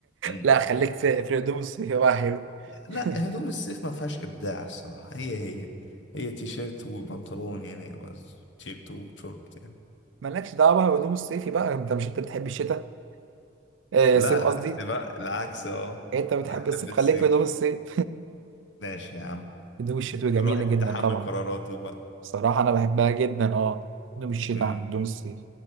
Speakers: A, on the left (about 70°); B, on the right (about 85°).
A: إن-
B: لا خليك في في الهدوم الصيفي بقى حلو
A: لا
B: <laughs>
A: هدوم الصيف ما فيهاش ابداع الصراحه هي هي هي تيشيرت وبنطلون يعني بس تيشيرت وشورت يعني
B: مالكش دعوة بهدوم الصيفي بقى أنت مش أنت بتحب الشتاء آه
A: لا
B: الصيف قصدي
A: العكس بقى العكس اه
B: أنت بتحب
A: انا حابب
B: الصيف
A: الصيف
B: خليك في هدوم الصيف
A: ماشي يا عم
B: هدوم الشتوي جميلة
A: كل واحد
B: جدا
A: يتحمل
B: طبعا
A: قراراته
B: بصراحة أنا بحبها جدا أه هدوم الشتاء
A: بقى
B: عن هدوم الصيف